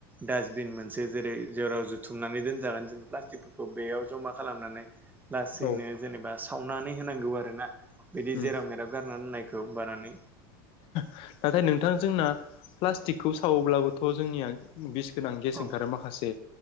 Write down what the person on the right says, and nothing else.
डासबिन मोनसे जेरै जेराव जुथुमनानै दोनजागोन जोङो प्लास्टिकफोरखौ बेयाव जमा खालामनानै लासैनो
जेनेबा सावनानै होनांगौ आरो ना बिदि
जेराव मेराव गार मोननायखौ बानानै
औ